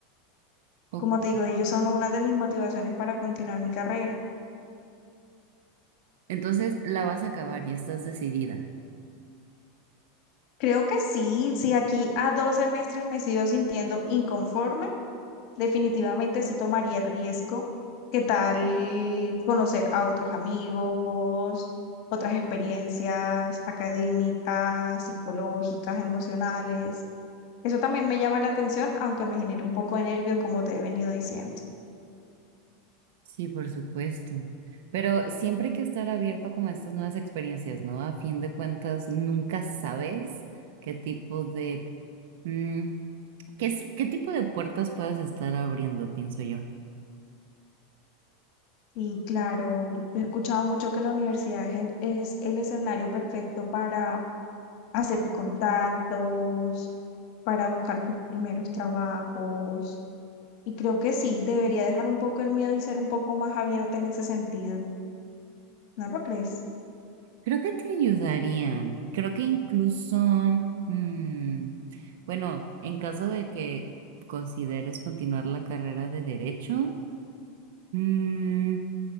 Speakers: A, on the right; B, on the left.
A: o-
B: Como te digo, ellos son una de mis motivaciones para continuar mi carrera.
A: Entonces la vas a acabar y estás decidida.
B: Creo que sí, si aquí a dos semestres me sigo sintiendo inconforme. Definitivamente sí tomaría el riesgo. ¿Qué tal conocer a otros amigos, otras experiencias académicas, psicológicas, emocionales? Eso también me llama la atención, aunque me genere un poco de nervios, como te he venido diciendo.
A: Sí, por supuesto. Pero siempre hay que estar abierto como a estas nuevas experiencias, ¿no? A fin de cuentas, nunca sabes qué tipo de mm, qué, si- qué tipo de puertas puedas estar abriendo, pienso yo.
B: Y claro, he escuchado mucho que la universidad es el, es el escenario perfecto para hacer contactos, para buscar tus primeros trabajos. Y creo que sí, debería dejar un poco el miedo y ser un poco más abierta en ese sentido. ¿No lo crees?
A: Creo que te ayudaría. Creo que incluso, mm, bueno, en caso de que consideres continuar la carrera de derecho, mm,